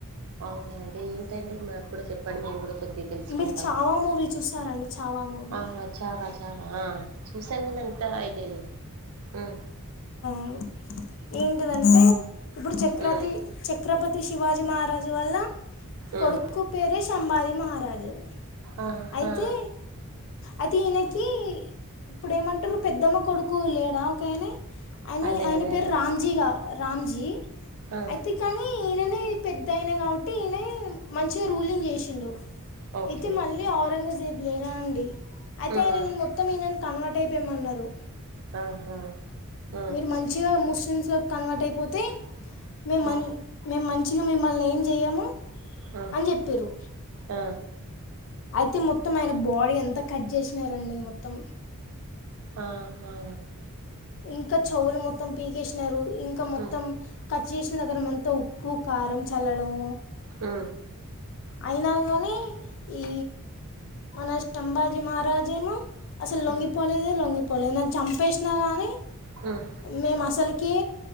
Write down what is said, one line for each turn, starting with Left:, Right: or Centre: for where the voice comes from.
Right: అవున అండి ఏంటంటే మాకు కూడా చెప్పండి మేము కూడా కొద్దిగ తెలుసుకుంటాం
Left: మీరు చావా మూవీ చూసారండి చావా మూవీ
Right: ఆ చాలా చ చవా అ చూసను కని అంతా ఐడియా లేదు మ్
Left: మ్ ఏంటిదంటే ఇప్పుడు చక్రాతి
Right: ఉమ్
Left: చ ఛత్రపతి శివాజీ మహారాజు వల్ల
Right: ఉమ్
Left: కొడుకు పేరే సంబాజి మహారాజు
Right: ఆహా
Left: అయితే అయితే ఈయనకి ఇప్పుడు ఏమంటారు పెద్దమ్మ కొడుకు లేడా ఒకనే ఆయన
Right: అదే
Left: ఆయన
Right: అదే
Left: పేరు
Right: అదే
Left: రామ్జీగా రామ్జీ
Right: ఆ
Left: అయితే కానీ ఈయననే పెద్దయినా కాబట్టి ఈయన మంచిగా రూలింగ్ చేసిండు
Right: ఓకే
Left: అయితే మళ్ళీ ఔరంగజేబ్ లేరా అండి అయితే
Right: ఉమ్
Left: ఆయనను
Right: ఉమ్
Left: మొత్తం ఈనన్ కన్వర్ట్ అయిపోయమన్నారు
Right: ఆహా ఆ
Left: మీరు మంచిగా ముస్ మిస్లిమ్ లోకి కన్వర్ట్ అయిపోతే మేము మం
Right: ఆ
Left: మేము మంచిగా మిమ్మల్ని ఏం చేయము
Right: ఆ
Left: అని చెప్పిర్రు
Right: ఆ
Left: అయితే మొత్తం ఆయన బాడీ అంత కట్ చేసినారండి మొత్తం
Right: ఆహా
Left: ఇంకా చెవులు మొత్తం పీకేసినారు ఇంకా మొత్తం
Right: హ్మ్
Left: కట్ చేసిన దగ్గర అంతా ఉప్పు కా కారం చల్లడం
Right: మ్
Left: అయినా కానీ ఈ మన సంభాజీ మహారాజేమో అసలు
Right: హ్మ్
Left: లొంగిపోలేదే లొంగిపోలే నన్ను చంపేసినా గాని
Right: హ్మ్
Left: మేము అసలుకే